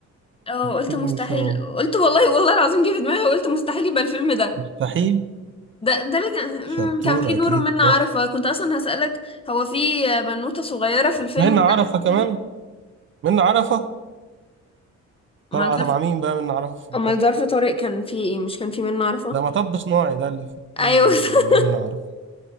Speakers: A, on the left; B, on the right.
A: اه
B: اكيد
A: قلت مستحيل
B: مش هو
A: قلت والله والله العظيم جه في دماغي وقلت مستحيل يبقى الفيلم ده
B: مستحيل
A: ده ده اللي كان
B: شطور
A: مم، كان فيه
B: اكيد
A: نور ومنة عارفة
B: هو.
A: كنت اصلا هسألك هو في بنوتة صغيرة في الفيلم
B: منة
A: ده
B: عرفة كمان
A: كده
B: منة عرفة طالعة
A: امال ظرف
B: تبع مين بقى منة عرفة في الفيلم
A: امال ظرف طارق كان فيه ايه مش كان فيه منة عارفة
B: ده مطب صناعي ده اللي فيه
A: ايوه <laughs>
B: منة عرفة